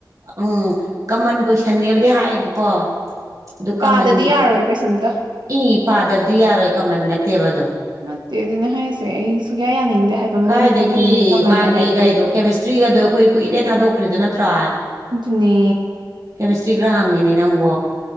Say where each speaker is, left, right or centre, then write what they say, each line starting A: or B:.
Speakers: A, on the right; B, on the right.
A: ꯎꯝ ꯀꯃꯟ ꯀꯣꯏꯁꯟꯅꯦꯕꯗꯤ ꯍꯥꯏꯌꯦꯕꯀꯣ ꯑꯗꯨ ꯀꯃꯟ
B: ꯄꯥꯗꯗꯤ ꯌꯥꯔꯣꯏ ꯀꯩꯁꯨꯝꯇ
A: ꯏ ꯄꯥꯗꯕꯗꯤ ꯌꯥꯔꯣꯏ ꯀꯃꯟ ꯅꯠꯇꯦꯕꯗꯣ
B: ꯅꯠꯇꯦ ꯑꯗꯨꯅ ꯍꯥꯏꯁꯦ ꯑꯩ ꯁꯨꯨꯡꯛꯌꯥ ꯌꯥꯅꯤꯡꯗꯦ ꯍꯥꯏꯕ
A: ꯀꯥꯏꯗꯒꯤ
B: ꯃꯣꯏꯅ ꯀꯃꯟꯅꯦ ꯀꯃꯟꯅꯦ
A: ꯃꯥꯒꯤ
B: ꯍꯥꯏꯖꯔꯤꯗꯣ
A: ꯀꯩꯗꯣ ꯀꯦꯃꯤꯁꯇ꯭ꯔꯤꯒꯗꯣ ꯑꯩꯈꯣꯏ ꯀꯨꯏꯔꯦ ꯊꯥꯗꯣꯛꯈ꯭ꯔꯤꯗꯣ ꯅꯠꯇ꯭ꯔꯥ
B: ꯑꯗꯨꯅꯦ
A: ꯀꯦꯃꯤꯁꯇ꯭ꯔꯤꯒ ꯍꯪꯏꯅꯦ ꯅꯪꯕꯨ